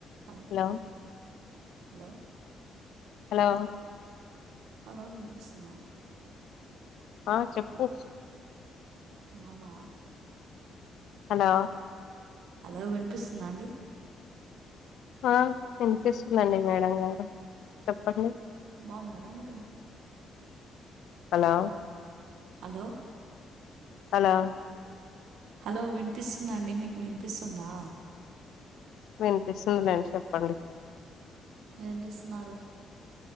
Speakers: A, on the right; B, on the left.
A: Hello
B: hello
A: hello
B: hello
A: hello వినిపిస్తుందా?
B: ఆ చెప్పు
A: అవునా
B: హలో
A: అలా వినిపిస్తుందా అండి
B: ఆ వినిపిస్తుందండి మేడం గారు చెప్పండి
A: బాగున్నరా మీరు
B: హలో
A: హలో
B: హలో
A: హలో వినిపిస్తుంద అండి మీకు వినిపిస్తుందా
B: వినిపిస్తుంది అండీ చెప్పండి
A: ఏం జేస్తున్నారు